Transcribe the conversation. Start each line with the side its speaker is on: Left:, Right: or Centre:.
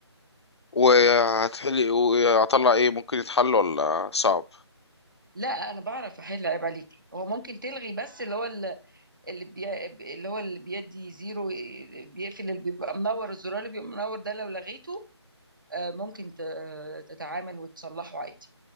Left: وهتحلي وهطلع ايه ممكن يتحل ولا صعب
Right: لا انا بعرف احل عيب عليكي هو ممكن تلغي بس اللي هو ال- اللي بي... اللي هو اللي بيدي زيرو إيه، بيقفل اللي بيبقى منور الزرار اللي بيبقى منور ده لو لغيته آه، ممكن ت- تتعامل وتصلحه عادي